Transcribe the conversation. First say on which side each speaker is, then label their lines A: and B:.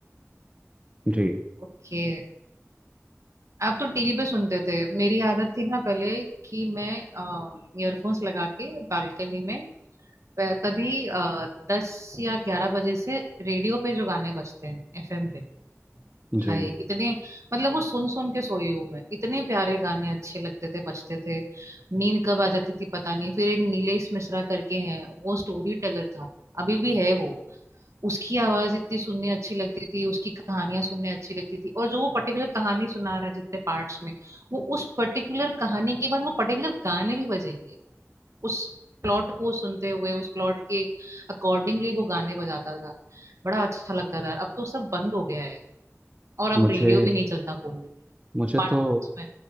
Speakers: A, on the right; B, on the right.
A: जी
B: ओके आप तो टीवी पे सुनते थे मेरी आदत थी ना पहले कि मैं ईयरफोन्स लगा के बालकनी में प- तभी दस या ग्यारह बजे से रेडियो पे जो गाने बजते हैं एफएम पे
A: जी
B: हाय इतने मतलब वो सुन सुन के सोई हूँ मैं इतने प्यारे गाने अच्छे लगते थे बजते थे नींद कब आ जाती थी पता नहीं फिर एक नीलेश मिश्रा करके हैं वो स्टोरी टेलर था अभी भी है वो उसकी आवाज इतनी सुनने अच्छी लगती थी उसकी कहानियां सुनने अच्छी लगती थी और जो वो पर्टिकुलर कहानी सुना रहा है जितने पार्ट्स में वो उस पर्टिकुलर कहानी के बाद वो पर्टिकुलर गाने भी बजेंगे उस प्लॉट को सुनते हुए उस प्लॉट के अकॉर्डिंगली वो गाने बजाता था बड़ा अच्छा लगता था अब तो सब बंद हो गया है और अब
A: मुझे
B: रेडियो भी नहीं चलता फोन में
A: मुझे
B: स्मार्टफोन्स
A: तो
B: में